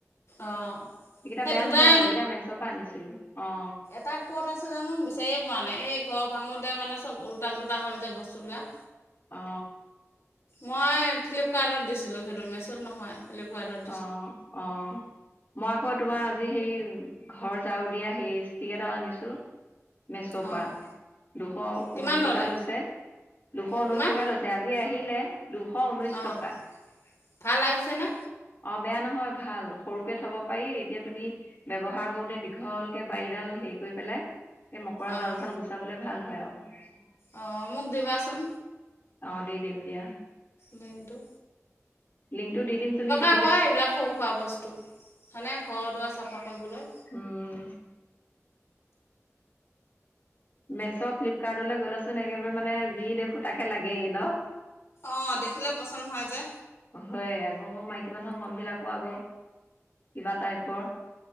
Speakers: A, on the left; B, on the left.
A: অঁ
B: এইকেইটা
A: সেই
B: বেয়া
A: দুটাই
B: নহয় আকৌ এইকেইটা মেচৰ পৰা আনিছিলো অ।
A: তাক ক'ত আছে জানো বিচাৰিয়ে পোৱা নাই এই ঘৰ ভাঙোঁতে মানে চব ওলটা পুল্টা হ'ল যে বস্তুবিলাক।
B: অ।
A: মই ফ্লিপকাৰ্টত দিছিলোঁ সেইটো মেচত নহয়। হেলেকোৱা এটাত।
B: অ অ মই আকৌ তোমাৰ আজি হেই। ঘৰ যাও দিয়া সেই ষ্টিক এটা আনিছো। মেচপা
A: অঁ
B: দুশ
A: কিমান
B: ঊনৈশ
A: ল'লে
B: টকা লৈছে দুশ ঊনৈশ
A: কিমান
B: টকা লৈ। ছে আজি আহিলে দুশ ঊনৈছ
A: অঁ
B: টকা।
A: ভাল আহিছেনে।
B: অ বেয়া নহয় ভাল সৰুকে থব পাৰি এতিয়া তুমি। ব্যৱহাৰ কৰোতে দীঘলকে বাৰীডাল হেৰি কৰি পেলাই। সে মকৰা
A: অঁ
B: জাল চাল গুচাবলে ভাল হয় আৰু।
A: অঁ মোক দিবাচোন।
B: অ দি দিম দিয়া।
A: লেংডো।
B: লিংকটো দিম তুমি দি
A: হয় এইবিলাক সৰু হোৱা বস্তু। হয়নে ঘৰ দুৱাৰ চাফা কৰিবলৈ
B: উম মেছ' ফ্লিপকাৰ্টলৈ গ'লেচোন একেবাই মানে যি দেখো তাকে লাগেই ন।
A: অঁ দেখিলে পচন্দ হয় যে
B: হয় আকৌ ম মাইকী মানুহৰ মন বিলাকো আকৌ কিবা টাইপৰ।